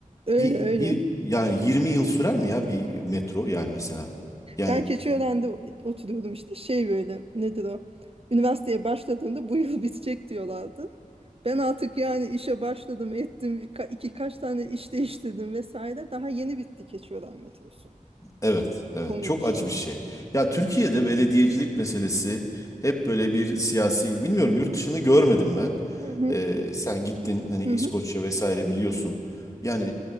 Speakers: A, on the right (about 40°); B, on the left (about 25°).
A: Öyle
B: Bir,
A: öyle.
B: bir yani 20 yıl sürer mi ya bir metro yani mesela? Yani
A: Ben Keçiören'de o- oturuyordum işte. Şey böyle nedir o? Üniversiteye başladığımda bu yıl <laughs> bitecek diyorlardı. Ben artık yani işe başladım ettim. birka- iki kaç tane iş değiştirdim vesaire. Daha yeni bitti Keçiören metrosu.
B: Evet, evet.
A: Komik.
B: Çok acı bir şey. Ya Türkiye'de belediyecilik meselesi hep böyle bir siyasi, bilmiyorum yurt dışını görmedim ben.
A: Hı hı
B: Ee, sen gittin hani
A: hı
B: İskoçya
A: hı
B: vesaire biliyorsun. Yani